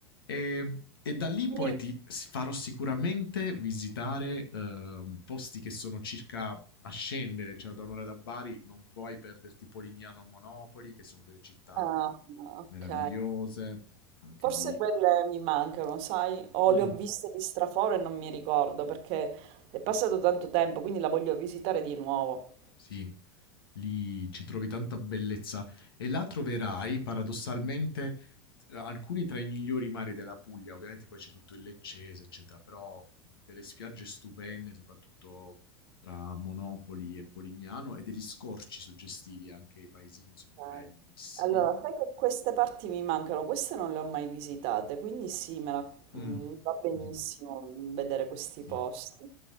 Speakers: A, on the left (about 65°); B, on the right (about 45°).
A: E, e da lì
B: Quindi
A: poi ti farò sicuramente visitare eh, posti che sono circa a scendere, cioè da un'ora da Bari non puoi perderti Polignano o Monopoli, che sono delle città
B: Ah, ok.
A: meravigliose, anche
B: Forse
A: lì.
B: quelle mi mancano, sai? O
A: Mm,
B: le ho viste di straforo e non mi ricordo perché è passato tanto tempo, quindi la voglio visitare di nuovo.
A: sì, lì ci trovi tanta bellezza e là troverai paradossalmente eh, alcuni tra i migliori mari della Puglia, ovviamente poi c'è tutto il Leccese, eccetera, però delle spiagge stupende, soprattutto tra Monopoli e Polignano e degli scorci suggestivi, anche i paesini sono
B: Ok.
A: bellissimi.
B: Allora, sai che queste parti mi mancano, queste non le ho mai visitate, quindi sì, me la-
A: Mm.
B: mm, va benissimo
A: Mm-hmm.
B: mm, vedere questi
A: Sì.
B: posti.